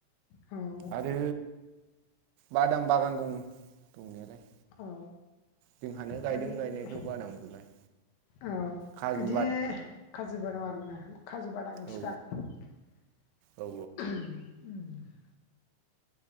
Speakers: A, on the left (about 80°); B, on the right (about 90°).
A: औ।
B: आरो बादाम बागान दं दंनायालाय।
A: औ।
B: जोंहानो गायदों
A: माने
B: गायनायखौ बादाम खौलाय।
A: औ
B: काजु
A: इदि खाजु बादाम आरोना खाजु बादां
B: औ
A: फिफां। <unintelligible>
B: औ